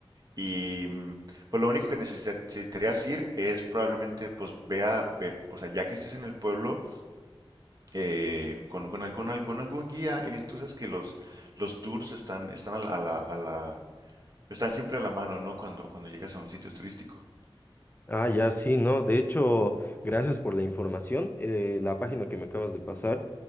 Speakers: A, on the right; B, on the left.
A: y mm, pues lo único que necesitar- necesitarías ir es probablemente, pues vea, ve- o sea, ya que estés en el pueblo, eh, con, con, al- con al- con algún guía, eh, tú sabes que los, los tours están, están a la, a la- a la- están siempre a la mano, ¿no? Cuando, cuando llegas a un sitio turístico.
B: Ah, ya, sí, no. De hecho, gracias por la información. Eh, la página que me acabas de pasar,